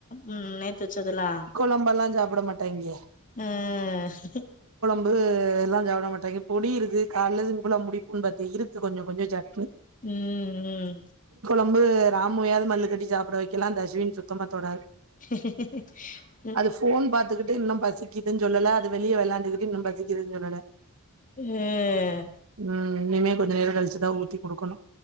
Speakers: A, on the left (about 35°); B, on the right (about 70°).
A: உ நேத்து வச்சதுலா
B: குழம்பெல்லாம் சாப்பிடமாட்டனு ங்கே
A: உம்
B: ரொ இதெல்லா சாப்பட மாட்டாங்க பொடி இருக்கு கால சிம்புல முடிப்புன்னு பாத்தி இருக்கு கொஞ்ச கொஞ்ச சட்னி
A: உம் உம்
B: ரம்பு ராமுவயாவது மல்லு கட்டி சாப்பிட வைக்கலா இந்த அஸ்விங் சுத்தமாதோடது
A: ஆஹா ஹ
B: அது போன் பாத்துக்கிட்டு இன்னு பசிக் பசிக்குதுனு சொல்லல அது வெளிய விளாண்டுட்டு இன்னும் பசக்குதுன்ன சொல்லல
A: உம்
B: ம் இனிமே கொஞ்ச நேர கழிச்சி உத்தி கொடுக்கணு